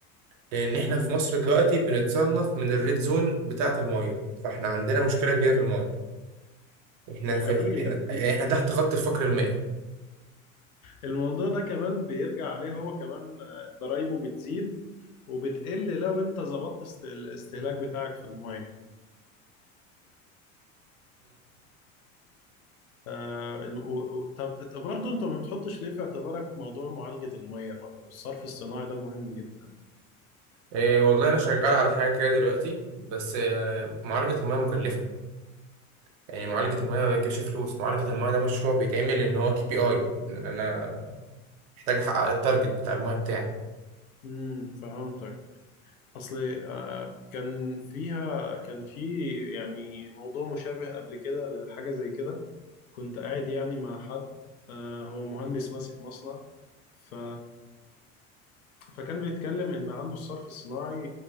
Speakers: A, on the right (about 60°); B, on the left (about 80°).
A: لأن
B: مم.
A: إحنا في مصر دلوقتي بنتصنف من الريد زون بتاعة المية فإحنا عندنا مشكلة كبيرة في المية إحنا
B: ده حقيقي
A: في إحنا يعني إحنا
B: <laughs>
A: تحت خط الفقر المائي
B: الموضوع ده كمان بيرجع عليه هو كمان آه، ضرايبه بتزيد وبتقل لو انت ظبطت است- الاستهلاك بتاعك في الميه آه الم- و- و- طب طب برضه انت ما بتحطش ليه في اعتبارك موضوع معالجة الميه برضه الصرف الصناعي ده مهم جدا
A: إيه والله انا شغال على حاجه كده دلوقتي بس آه، معالجه المياه مكلفه يعني معالجه المياه ما بتجيبش فلوس معالجه المياه ده مشروع بيتعمل ان هو كي بي اي ان انا محتاج احقق التارجت بتاع المياه بتاعي
B: امم فهمتك اصل آه كان فيها كان في يعني موضوع مشابه قبل كده لحاجة زي كده كنت قاعد يعني مع حد آه هو مهندس ماسك مصنع ف فكان بيتكلم ان عنده الصرف الصناعي